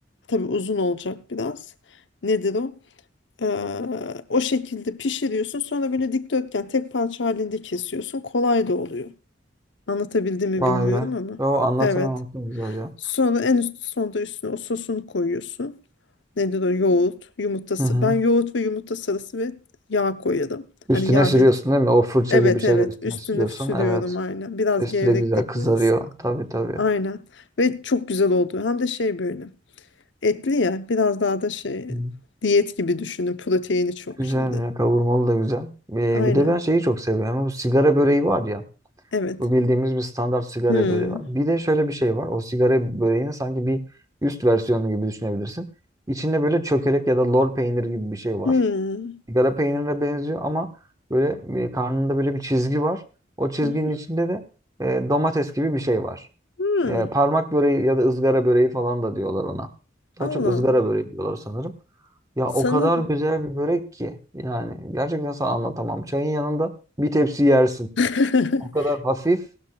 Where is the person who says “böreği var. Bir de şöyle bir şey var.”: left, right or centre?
Right